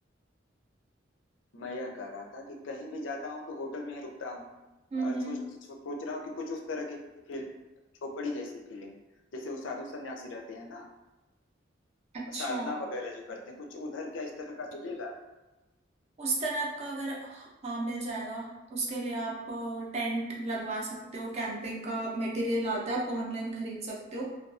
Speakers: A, on the left; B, on the right.
A: मैं यह कह रहा था कि कहीं भी जाता हूँ तो होटल में ही रुकता हूँ
B: हम्म
A: अ, सोच
B: हम्म
A: सोच रहा हूँ कि कुछ उस तरह की फील झोपड़ी जैसी फीलिंग जैसे वो साधु सन्यासी रहते हैं ना
B: अच्छा
A: साधना वगैरह जो करते हैं कुछ उधर क्या इस तरह का मिलेगा
B: उस तरह का अगर हाँ मिल जाएगा उसके लिए आप टेंट लगवा सकते हो कैंपिंग का मटेरियल आता है आप ऑनलाइन खरीद सकते हो